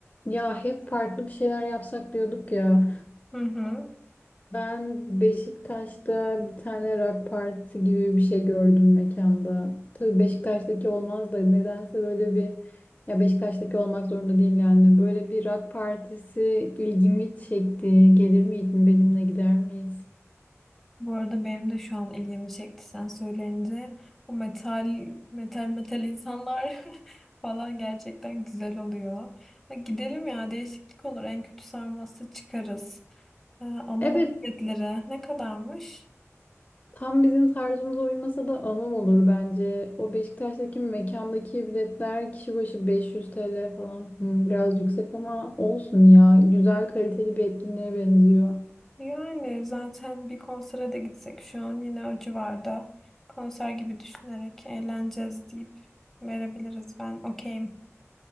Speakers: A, on the left; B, in the centre.
A: Ya hep farklı bir şeyler yapsak diyorduk ya.
B: Hı hı.
A: Ben Beşiktaş'ta bir tane rock partisi gibi bir şey gördüm mekanda. Tabii Beşiktaş'taki olmaz da nedense böyle bir ya Beşiktaş'taki olmak zorunda değil yani. Böyle bir rock partisi ilgimi çekti. Gelir miydin benimle gider miyiz?
B: Bu arada benim de şu an ilgimi çekti sen söyleyince. O metal metal metal insanlar <laughs> falan gerçekten güzel oluyor. Ha, Gidelim ya değişiklik olur. En kötü sarması çıkarız. Ee, alalım
A: Evet
B: biletleri. Ne kadarmış?
A: Tam bizim tarzımıza uymasa da anım olur bence. O Beşiktaş'taki mekandaki biletler kişi başı 500 TL falan. Hmm, biraz yüksek ama olsun ya. Güzel kaliteli bir etkinliğe benziyor.
B: Yani zaten bir konsere de gitsek şu an yine o civarda konser gibi düşünerek eğleneceğiz deyip verebiliriz. Ben okeyim.